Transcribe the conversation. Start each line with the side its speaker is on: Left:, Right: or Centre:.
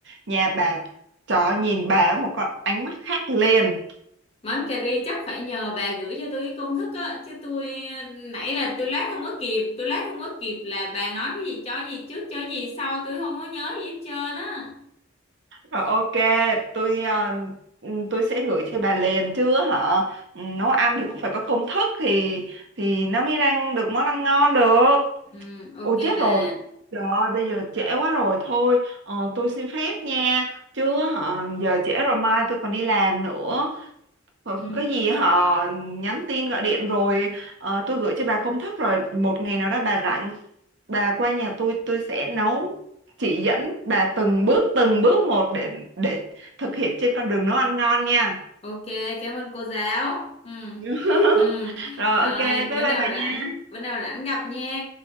Right: nhà bà cho nhìn bà với một con ánh mắt khác liền
Left: Món cà ri chắc phải nhờ bà gửi cho tôi cái công thức á, chứ tôi nãy là tôi lát không có kịp, tôi lát không có kịp là bà nói cái gì cho gì trước cho gì sau tôi không có nhớ gì hết trơn á.
Right: rồi ok tôi ờ, ừ, tôi sẽ gửi cho bà liền chứ họ nấu ăn thì cũng phải có công thức thì thì nó mới ra được món ăn ngon được
Left: Ừ, ok
Right: Ồ chết
Left: bà.
Right: rồi Trời ơi bây giờ trễ quá rồi Thôi ờ, tôi xin phép nha Chứ hả, giờ trễ rồi mai tôi còn đi làm nữa Ờ,
Left: Ừ,
Right: Cái gì họ nhắn tin gọi điện rồi ờ, Tôi gửi cho bà công thức rồi Một ngày nào đó bà rảnh Bà qua nhà tôi tôi sẽ nấu Chỉ dẫn bà từng bước từng bước một Để để thực hiện trên con đường nấu ăn ngon nha
Left: Ok, cảm ơn cô giáo. Ừ.
Right: <laughs>
Left: Ừ.
Right: Rồi ok
Left: Rồi,
Right: bye
Left: bữa
Right: bye
Left: nào
Right: bà nha
Left: rảnh, bữa nào rảnh gặp nha.